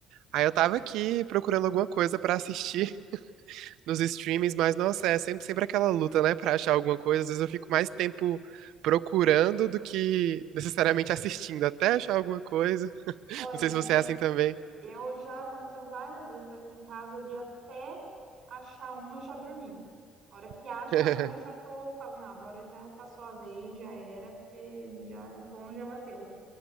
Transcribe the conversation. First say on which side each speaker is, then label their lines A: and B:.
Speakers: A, on the right; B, on the right.
A: Aí eu tava aqui procurando alguma coisa pra assistir <laughs> nos streamings, mas nossa, é sempre, sempre aquela luta, né, Pra achar alguma coisa. Às vezes eu fico mais tempo procurando do que necessariamente assistindo, até achar alguma coisa. <laughs>
B: Olha,
A: Não sei se você
B: já,
A: é assim também.
B: eu já aconteceu várias vezes aqui em casa de até achar um, eu já dormi. A hora que acha
A: <laughs>
B: um, eu já tô falando, não, agora já passou a vez, já era, porque já o sono já bateu.